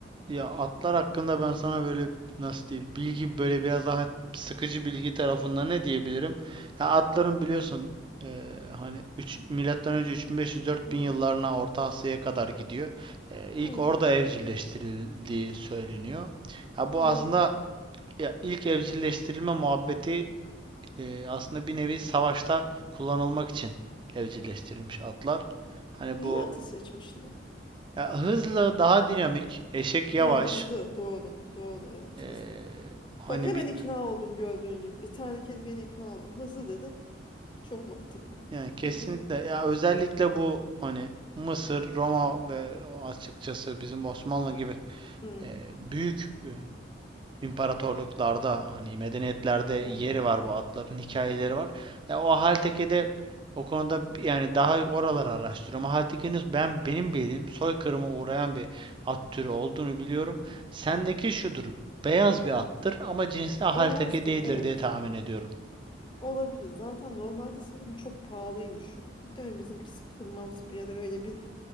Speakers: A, on the right (about 25°); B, on the left (about 25°).
A: Ya atlar hakkında ben sana böyle nasıl diyeyim bilgi böyle biraz daha sıkıcı bilgi tarafında ne diyebilirim? Ya atların biliyorsun eee, hani 3 milattan önce 3500-4000
B: Hı.
A: yıllarına Orta Asya'ya kadar gidiyor. Eee ilk
B: Hı.
A: orada evcilleştirildiği söyleniyor. Ya bu
B: Hı
A: aslında
B: hı.
A: ya ilk evcilleştirilme muhabbeti eee, aslında bir nevi savaşta kullanılmak için evcilleştirilmiş atlar. Hani
B: Niye
A: bu
B: atı seçmişler?
A: ya hızlı, daha dinamik, eşek yavaş.
B: Ha hızlı doğru doğru evet
A: Ee,
B: hızlı. Bak
A: hani
B: hemen
A: bir
B: ikna oldum gördüğün gibi. Bir tane kelimeyle ikna oldum. Hızlı dedin. Çok mantıklı.
A: yani kesinlikle
B: Dedim mi?
A: ya özellikle bu hani Mısır, Roma ve açıkçası bizim Osmanlı gibi
B: Hı,
A: e, büyük e, imparatorluklarda hani medeniyetlerde yeri
B: hı.
A: var bu atların hikayeleri var. Ya o Haltepe'de o konuda bi- yani daha oraları araştırıyorum. Haltepe'nin ben benim bildiğim soykırıma uğrayan bir at türü olduğunu biliyorum. Sendeki şudur. Beyaz bir attır ama cinsi Halteke
B: Beyazdı
A: değildir
B: evet.
A: diye tahmin ediyorum.
B: Olabilir. Zaten normalde sanırım çok pahalıymış o. Muhtemelen bizimkisi kırmamsı bir ya da öyle bir